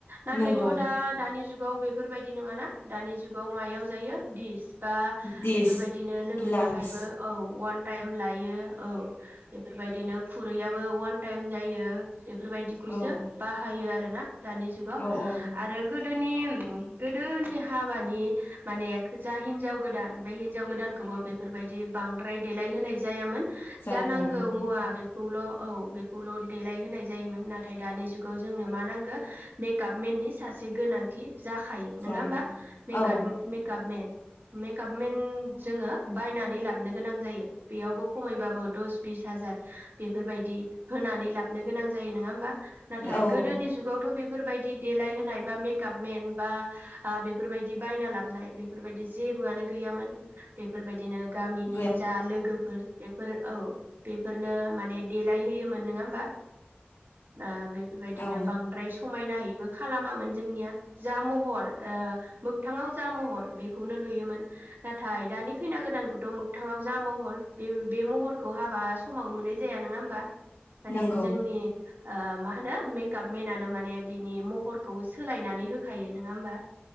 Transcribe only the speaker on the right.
नाथायथ'
दा दानि जुग जुगाव बेफोरबायदि नङा ना दानि जुगाव मायाव जायो दिस बा
बेफोरबायदिनो लोंनो
थाखायबो औ वान टाइम लायो औ बेफोरबायदिनो खुरैयाबो अवान टाइम जायो बेफोरबायदिखौसो
बाहायो आरोना दानि जुगाव
आरो गोदोनि औ गोदोनि हाबानि माने जा हिनजाव गोदान बे हिनजाव गोदानखौबो बेफोरबायदि बांद्राय देलायहोनाय जायामोन
जा नांगौ मुवा बे खौल' औ बेखौल' देलायहोनाय जायोमोन नाथाय दानि जुगाव जोंनो मा नांगौ मेकाप मेननि सासे गोनांथि जाखायो नङा
होमबा
मेकआप मेकपमेन मेकपमेन जोङो बायनानै लाबोनो गोनां जायो बेयावबो खमैबाबो दस बिस हाजार बेफोरबायदि होनानै लाबोनो गोनां जायो नङा होमबा? नाथाय
गोदोनि जुगावथ' बे फोरबायदि देलाय होनाय बा मेकआपमेन बा बेफोरबायदि बायना लाब नाय बेफोरबायदि जेबोआनो गैयामोन बेफोरबायदिनो गामिनि
जा लोगो बेफोर बेफोर औ बेफोरनो माने देलाय होयोमोन नोङा होमबा बा बे बेबायदिनो
बांद्राय समायना है खालामामोन जोंनिया जा महर ओ मोगथाङाव जा महर बेखौनो नुयोमोन नाथाय दानि खैना गोदानखौथ' मोखथाङाव जा महर बे बे महरखौ हाबा समाव नुनाय जाया नङा होमबा? माने
जोंनि ओ मा होनो मेकाप मेनानो माने बिनि महरखौ सोलायनानै होखायो नङा होमबा?